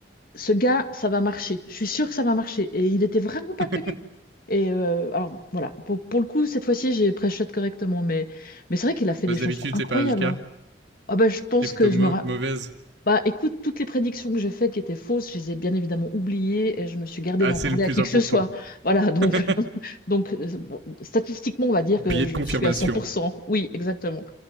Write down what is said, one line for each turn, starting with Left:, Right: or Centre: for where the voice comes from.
Left: ce gars, ça va marcher. Je suis sûre que ça va marcher. Et il était vraiment pas
Right: <laughs>
Left: connu. Et euh, alors voilà, pour, pour le coup, cette fois-ci, j'ai pré-shot correctement. Mais, mais c'est vrai qu'il a fait
Right: Parce
Left: des
Right: que
Left: chansons
Right: d'habitude,
Left: incroyables.
Right: c'est pas le cas.
Left: hein. Ah bah, je pense
Right: T'es plutôt
Left: que
Right: mauvaise.
Left: je me... ra- Bah écoute, toutes les prédictions que j'ai faites qui étaient fausses, je les ai bien évidemment oubliées et je me suis gardée
Right: Ah,
Left: d'en
Right: c'est
Left: parler
Right: le plus
Left: à qui que
Right: important.
Left: ce soit. Voilà, donc,
Right: <laughs>
Left: <laughs> donc euh, bon, statistiquement, on va dire
Right: Billet
Left: que je
Right: de confirmation.
Left: suis à cent pour cent. Oui, exactement.